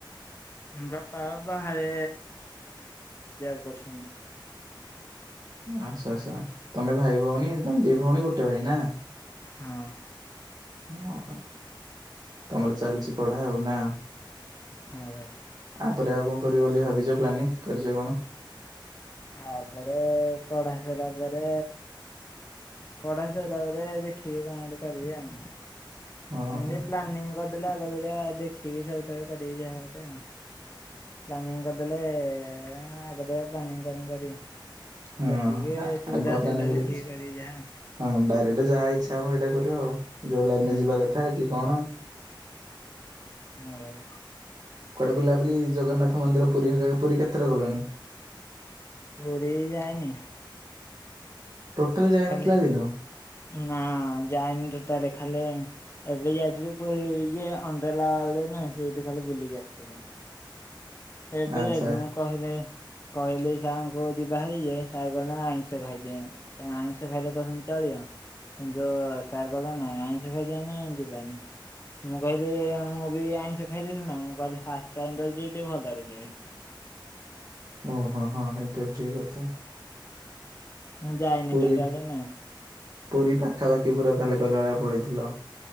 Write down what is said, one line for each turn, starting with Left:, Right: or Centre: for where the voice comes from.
Left: ବାପ ବାହାରେ ଯବ୍ କରୁଛନ୍ତି।
Right: ଆଚ୍ଛା ଆଚ୍ଛା ତମେ ଭାଇ ଭଉଣୀ ତମେ ଦି ଭଉଣୀ ଗୋଟେ ଭାଇ ନା।
Left: ହଁ।
Right: ଓହୋ ତମର ଚାଲିଛି ପଢା ଆଉ ନା?
Left: ହଁ ଭାଇ।
Right: ଆପରେ ଆଉ କଣ କରିବ ବୋଲି ଭାବି ଜ ପ୍ଲାନିଂ କରିଛ କଣ?
Left: ଆ ପରେ ପଢା ସରିଲା ପରେ ପଢା ସରିଲା ପରେ ଦେଖିବି କଣ ଗୋଟେ କରିବି ଆଉ।
Right: ଓହୋ
Left: ଏମିତି
Right: ହଁ
Left: ପ୍ଲାନିଂ କ ହେଲେ ଆଗ ଦୁରିଆ ଦେଖିକି ସବୁ ତାହେଲେ କରିବି ଯାହା ଗୋଟେ ଆଉ। ପ୍ଲାନିଂ କରିଦେଲେ ଏ ଆଗ ଦେ ପ୍ଲାନିଂ ଗରମ୍ କରିବି।
Right: ହଁ
Left: ଦେଖିକି ସୁବିଧା
Right: ଆଗୁଆ
Left: ଅସୁବିଧା
Right: ପ୍ଲାନିଂ
Left: ଦେଖିକି
Right: ଲାଗିଛି
Left: କରିବି ଯାହା।
Right: ହଁ ଡାଇରେଟ ଯାହା ହେଇଛି ଟା ହବ କରିବ ଆଉ। ଯୋଉ ଲାଇନ
Left: ହୁଁ।
Right: ରେ ଯିବା କଥା କି କଣ।
Left: ହଁ ଭାଇ।
Right: କୁଆଡେ ବୁଲାବୁଲି ଜଗନ୍ନାଥ ମନ୍ଦିର ପୁରୀ ଭାଗା ପୁରୀ କେତଥର ଗଲଣି?
Left: ପୁରୀ ଯାଇନି।
Right: ଟୋଟାଲ ଯାଇନଥିଲା
Left: ଖାଲି
Right: ଦିନୁ?
Left: ନା ଯାଇନି ଟୋଟାଲେ ଖାଲି ଏବେ ଯାଇଥିଲି ପୁରୀ ଯେ ଅଣ୍ଡ୍ରେଲା ବାଲ୍ଡ ନୁହେଁ ସେଇଠୁ ଖାଲି ବୁଲିକି ଆସିଥିଲି। ଏବେ
Right: ଆଚ୍ଛା
Left: ଯାଇଥିଲି ନା କହିଲେ କହିଲି ସାର୍ଙ୍କୁ ଯିବାହାରି ଯେ ସାର୍ କହିଲ ନା ଆଇଁଷ ଖାଇଦେଁ ଆଇଁଷ ଖାଇଲେ କହୁଛନ୍ତି ଚଳିବ କିନ୍ତୁ ସାର୍ କହିଲେ ନାଇଁ ଆଇଁଷ ଖାଇଛେ ମାନେ ଯିବାନି ମୁଁ କହିଲି ମୁଁ ବି ଆଇଁଷ ଖାଇ ଦେଇଥିଲି ନା ମୁଁ କହିଲି ଫାଷ୍ଟ ଟାଇମ୍ ତ ଯିବି ଟିକେ ଭଲ ରେ ଯିବି।
Right: ଓହୋ ହଁ ହେଟା ବି ଠିକ କଥା।
Left: ମୁଁ ଯାଇନି
Right: ପୁରୀ
Left: ଟୋଟାଲି ନା।
Right: ପୁରୀ ପାଖାପାଖି ପୁରା କାଲି କହିଲା ଭଳିଆ ପଳେଇଥିଲ।